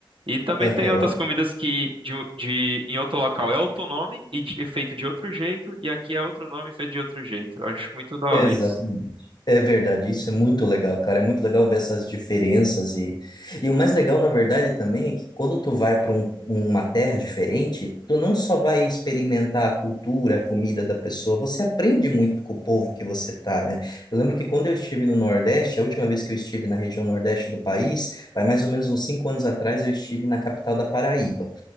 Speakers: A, on the right; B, on the left.
A: E também
B: Aham,
A: tem outras comidas que de, um- de- em outro local é outro nome e, de- e feito de outro jeito, e aqui é outro nome e feito de outro jeito. Eu acho muito da hora
B: exatamente.
A: isso.
B: É verdade, isso é muito legal, cara. É muito legal ver essas diferenças e, e o mais legal, na verdade, também é que quando tu vai para uma terra diferente, tu não só vai experimentar a cultura, a comida da pessoa, você aprende muito com o povo que você tá, né? Eu lembro que quando eu estive no Nordeste, a última vez que eu estive na região Nordeste do país, vai mais ou menos uns cinco anos atrás, eu estive na capital da Paraíba.